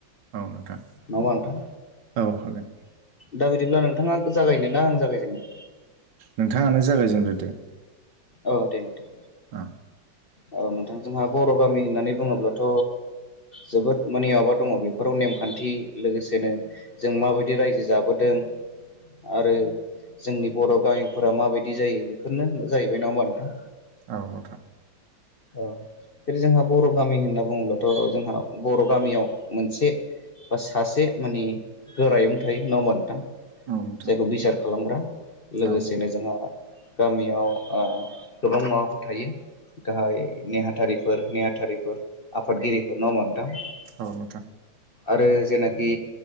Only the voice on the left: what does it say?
होमबा नोंथां
दा बिदिब्ला नोंथाङा जागायनो ना आं जागायजेननो।
औ दे नोंथां।
औ नोंथांजोंहा बर' गामि होननानै बुङोब्लाथ' जोबोद माने माबा दङ। बेफोराव नेमखान्थि लोगोसेनो जों माबायदि रायजो जाबोदों, आरो जोंनि बर' गामिफोरा माबायदि जायो बेफोरनो जाहैबाय नङा होमबा नोंथां
औ जेरै जोंहा बर' गामि होनना बुङोब्लाथ' जोंहा बर' गामियाव मोनसे। बा सासे माने गोरायुं थायो नङा होनबा नोंथां
जायखौ बिसार खालामग्रा लोगोसेनो
जोंहा गामियाव गोबां माबाफोर थायो गाहाय नेहाथारिफोर नेहाथारिफोर आफादगिरिफोर नङा होनबा नोंथां
आरो जेनाखि